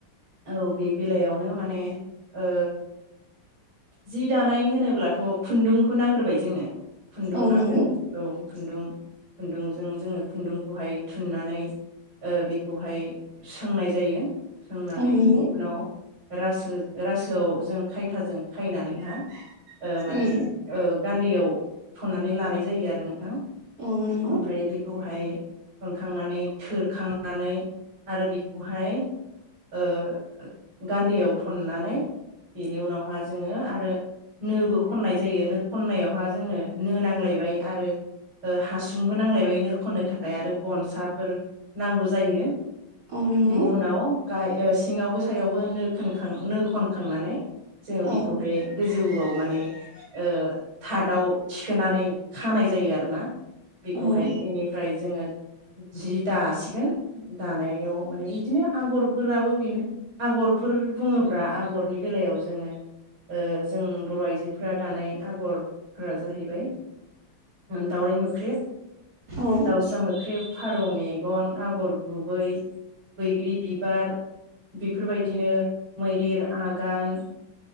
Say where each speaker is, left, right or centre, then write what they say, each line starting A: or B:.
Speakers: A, on the right (about 75°); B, on the right (about 45°).
A: औ बे बेलायावनो माने ओ। जि दानाय होनोब्लाथ खुन्दुंखौ नांग्रोबाय जोंनो खुन्दुं
B: औ
A: नांगोन
B: नंगौ
A: औ खुन्दुं खुन्दुंजों जोंङो खुन्दुंखौहाय थुननानै बेखौहाय सोंनाय जायो सोंनानै
B: औ नंगौ
A: बिनि उनाव रासो रासोआव जों खायथाजों खायनानै हा ओ माने
B: उम
A: ओ। गान्दैयाव थननानै लानाय जायो आरो नोंथां
B: औ नंगौ
A: ओमफ्राय बेखौ। फाय खनखांनानै थोरखांनानै आरो बेखौहाय ओ गान्दैआव थननानै बेनि उनावहा जोङो आरो नोबो खननाय जायो नो खननायावहा जोंनो नो नांलायबाय आरो। ओ हासुंबो नांलायबाय नो खननो थाखाय आरो गनसाफोर नांगौ जायो।
B: औ नंगौ
A: बिनि उनाव गाहाय ओ सिङावबो सायावबो नो खनखां नो खनखांनानै जोङो बेखौ
B: औ
A: गोजौआव माने ओ थार्दआव थिखोनानै खानाय जायो आरोना बेखौहाय
B: औ
A: बेनिफ्राय जोङो जि दासिगोन दानायाव माने बिदिनो आगरफोराबो बेनो आगरफोर बुङोब्ला आगरनि बेलायाव जोङो ओ जों बर' आइजोफोरा दानाय आगरफोरा जाहैबाय दावराइ मोख्रेब
B: औ
A: दाउसा मोख्रेब फारौ मेगन आगर गुबै बैग्रि बिबार बेफोरबायदिनो मैदेर आगान